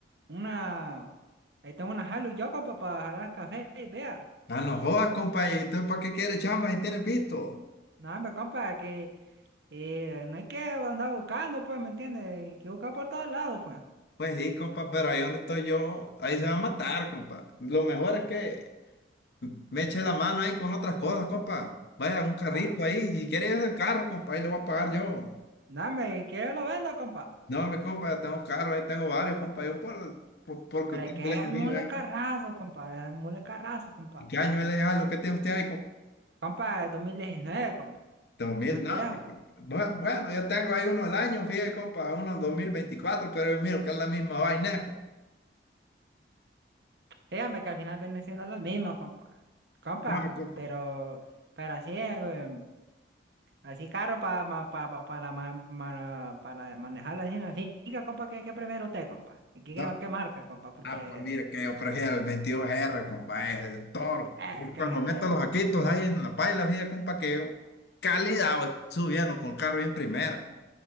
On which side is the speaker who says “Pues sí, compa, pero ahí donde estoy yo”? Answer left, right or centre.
Left